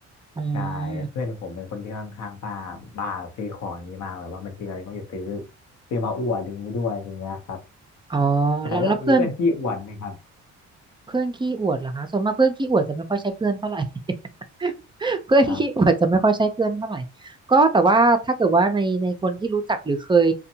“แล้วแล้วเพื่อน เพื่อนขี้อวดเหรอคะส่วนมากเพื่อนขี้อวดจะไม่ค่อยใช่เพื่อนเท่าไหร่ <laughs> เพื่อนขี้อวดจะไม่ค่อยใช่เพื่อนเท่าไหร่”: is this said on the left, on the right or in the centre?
Right